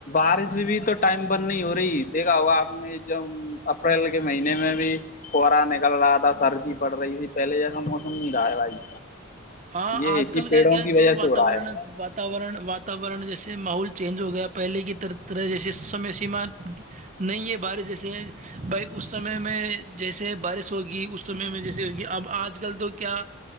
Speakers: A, on the left; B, on the right.
A: آر ای سی بھی تو ٹائم پر نہیں ہو رہی دیکھا ہوگا آپ نے اپریل کے مہینے میں بھی کر کل رہا تھا سردی پڑ رہی تھی پہلے جیسا موسم نہیں رہا بھائی
B: ہاں
A: یہ
B: آج
A: اسی
B: کل
A: پیڑوں
B: کیا کیا
A: کی
B: ہے تھوڑا
A: وجہ
B: واتورن
A: سے ہو رہا ہے
B: واتاور واورن جیسے سے ماحول چینج ہو گیا پہلے کی طر طرح جیس سمے سیم نہیں ہے بارش جیسے بھائی اس سمے میں جیسے بارش ہوگی اس سمے میں جیسے ہوگی اب آج کل تو کیا